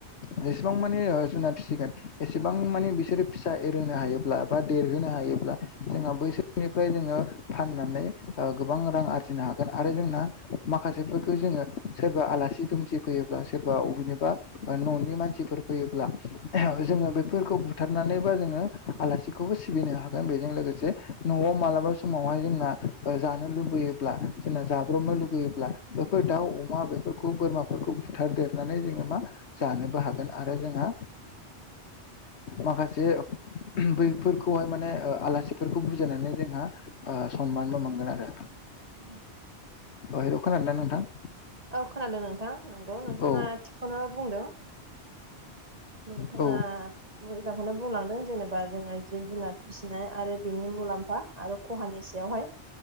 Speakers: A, on the left; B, on the right.
A: जेसेबां माने जुनाद फिसिगोन एसेबां माने बिसोरो फिसा एरहोनो हायोब्ला बा देरहोनो हायोब्ला जोंहा बैसोरनिफ्राय जोङो फाननानै गोबां रां आरजिनो हागोन आरो जोंना माखासेफोरखौ जोङो सोरबा आलासि दुमसि फैयोब्ला सोरबा अबेनिबा न'नि मान सिफोर फैयोबा जों बुथारनानै बा जोङो आलासिखौबो सिबिनो हागोन बेजों लोगोसे न'आव मालाबा समावहाय जोंना जानो लुबैयो ब्ला जोंना जाब्रबनो लुबैयोब्ला बेफोर दाउ अमा बेफोरखौ बोरमाफोरखौ बुथारदेरनानै जोङो मा जानोबो हागोन आरो जोंहा माखासे बैफोरखौहाय माने ओ आलासिफोरखौ बुजायनानै जोंहा ओ सनमानबो मोनगोन आरो।
B: <inaudible>
A: अ हेल' खोनादों ना नोंथां?
B: औ खोनादों नोंथां नंगौ नोंथाङा
A: औ
B: थिगखौनो बुंदों। नोंथां
A: औ
B: आ मोजांखौनो बुंलांदों जेनेबा जोङो जिब जुनार फिसिनाय आरो बेनि मुलाम्फा आरो खहानि सायावहाय